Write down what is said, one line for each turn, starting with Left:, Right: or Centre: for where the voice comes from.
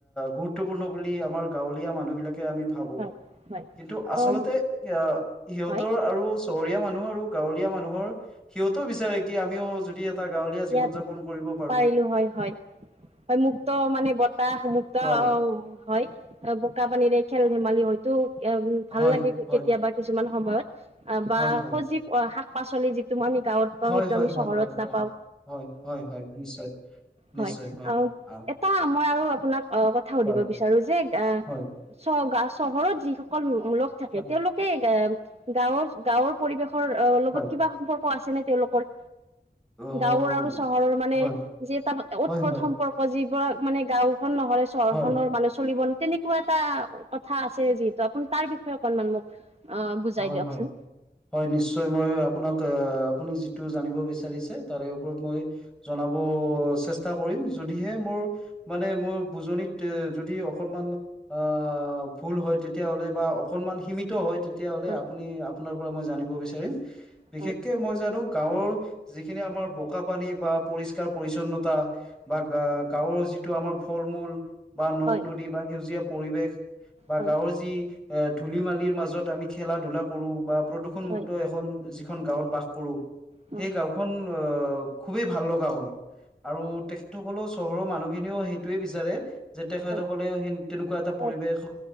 Centre: গুৰুত্বপূৰ্ণ বুলি আমাৰ গাঁৱলীয়া মানুহ বিলাকে আমি ভাবো
Right: হয় হয়
Centre: কিন্তু আচলতে
Right: অ
Centre: আহ সিহঁতৰ
Right: হয়
Centre: আৰু চহৰীয়া মানুহ আৰু, গৱলীয়া মানুহৰ সিহঁতও বিচাৰে কি আমিও প্ৰতি এটা গাঁৱলীয়া জীৱন
Right: ইয়াত
Centre: যাপন কৰিব পাৰোঁ
Right: পাৰিলো হয় হয় হয়, মুক্ত মানে বতাহ, মুক্ত
Centre: হয়
Right: অ', হয় বোকা পানীৰে খেল ধেমালি হয় তো ভাল
Centre: হয়
Right: লাগে
Centre: হয়
Right: কেতিয়াবা কিছুমান সময়ত, অ', বা
Centre: হয় হয়
Right: সজি শাক পাচলি যিটো আমি গাঁৱত বা
Centre: হয়,
Right: সেইটো
Centre: হয়,
Right: আমি
Centre: হয়,
Right: চহৰত
Centre: হয়, হয়,
Right: নাপাওঁ
Centre: হয়, হয়, হয়, নিশ্চয় নিশ্চয়,
Right: হয়, আৰু
Centre: আহ,
Right: এটা মই আৰু আপোনাক আহ কথা সুধিব
Centre: হয়,
Right: বিচাৰো যে আহ
Centre: হয়,
Right: চহৰত যিসকল লোক থাকে
Centre: হয়,
Right: তেওঁলোকে গাঁৱৰ গাঁৱৰ পৰিৱেশৰ অ', লগত
Centre: হয়,
Right: কিবা সম্পৰ্ক আছে নে তেওঁলোকৰ
Centre: অ',
Right: গাঁৱৰ আৰু চহৰৰ মানে,
Centre: হয়,
Right: যি তটা
Centre: হয়,
Right: উৎপট
Centre: হয়,
Right: সম্পৰ্ক যিবোৰাক মানে গাঁওখন নহৰে চহৰখনৰ
Centre: হয়,
Right: মানুহ চলিব ন, তেনেকুৱা এটা কথা আছে যিহেতু আপুনি তাৰ বিষয়ে অকনমান মোক অ বুজাই
Centre: হয়,
Right: দিয়কচোন
Centre: হয়। হয়, নিশ্চয় মই আপোনাক আপুনি যিটো জানিব বিচাৰিছে তাৰে ওপৰত মই জনাব চেষ্টা কৰিম, যদিহে মোৰ মানে, মোৰ বুজনিত এ যদি অকনমান আহ ভুল হয়, তেতিয়াাহলে বা অকনমান সীমিত হয় তেতিয়াাহলে
Right: হয়
Centre: আপুনি আপোনাৰ পৰা মই জানিব বিচাৰিম, বিশেষকে
Right: হয়
Centre: মই জানো গাঁৱৰ যিখিনি আমাৰ বোকা পানী, বা পৰিষ্কাৰ পৰি্ছন্নতা বা গাঁৱৰ যিটো আমাৰ ফল-মূল বা নদ
Right: হয়
Centre: নদী বা সেউজীয়া পৰিৱেশ বা
Right: হয়
Centre: গাঁৱৰ যি এ ধূলি মালিৰ মাজত আমি খেলা ধূলা কৰো বা প্ৰদূষণমুক্ত
Right: হয়
Centre: এখন যিখন গাঁৱত, বাস কৰোঁ
Right: হয়
Centre: সেই গাঁওখন আহ খুবেই ভাল লগা হয়, আৰু তেখেতসকলৰ চহৰৰ মানুহখিনিও সেইটোৱে বিচাৰে যে, তেখেতসকলে
Right: হয়
Centre: স তেনেকুৱা এটা
Right: হয়
Centre: পৰিৱেশত